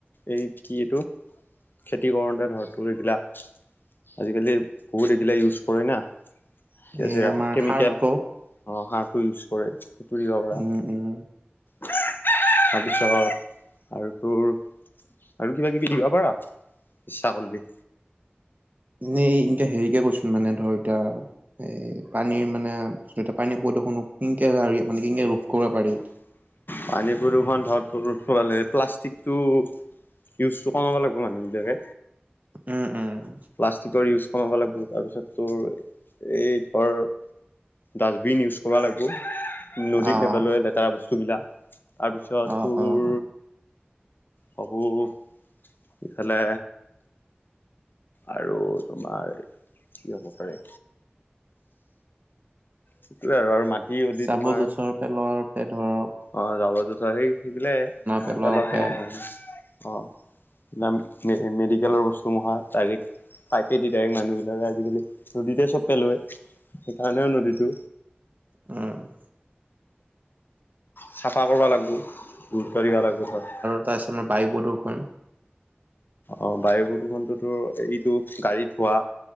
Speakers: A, on the left (about 55°); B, on the right (about 45°).
A: এই কি এইটো? খেতি কৰোঁতে ধৰ তোৰ এইবিলাক, আজিকালি বহুত এইবিলাক ইউজ কৰে না সেই
B: এই
A: যে
B: আমাৰ
A: কেমিকেল
B: সাৰ্প
A: অ' সাৰটো ইউজ কৰে, সেইটো দিব পাৰা।
B: উম, উম,
A: তাৰপিছত আৰু তোৰ আৰু কিবা-কিবি দিব পাৰা ইচ্ছা কৰিলে।
B: এনে এনেকে হেৰিকে কৈছোঁ মানে ধৰ এতিয়া এ পানীৰ মানে যাতে পানী প্ৰদূষণক কিনকে সাৰি মানে কিনেকে ৰোধ কৰিব পাৰি।
A: পানী প্ৰদূষণ ধৰ তোৰ হ'লে প্লাষ্টিকটো ইউজটো কমাব লাগিব মানুহবিলাকে।
B: উম' উম'
A: প্লাষ্টিকৰ ইউজ কমাব লাগিব। তাৰপিছত তোৰ এই ধৰ ডাষ্টবিন ইউজ কৰিব লাগিব, নদীত
B: অ',
A: নেপেলোৱা বেয়া বস্তুবিলাক, তাৰপিছত
B: অ',
A: তোৰ
B: অ',
A: হ'ব ইফালে আৰু তোমাৰ কি হ'ব পাৰে? সেইটোয়ে আৰু মাটি হলি
B: জাবৰ-জোথৰ
A: তোমাৰ
B: পেলোৱাকে ধৰক
A: অ' জাবৰ-জোথৰ সেই সেইবিলাই
B: পেলোৱাৰ
A: পেলাই থ'ব
B: পে
A: না। অ' নাম এ মেডিকেলৰ ওচৰ দুমাহ তাৰিখ পাইপে দি ডাইৰেক্ট মানুহবিলাকে আজিকালি নদীতে চব পেলোৱাই। সেইকাৰণে নদীটো
B: অ'
A: চাফা কৰিব লাগিব, গুৰুত্ব দিবা লাগিব হয়।
B: তাৰপাছত আমাৰ বায়ু প্ৰদূষণ
A: অ বায়ু প্ৰদূষণতো তোৰ এইটো গাড়ীত হোৱা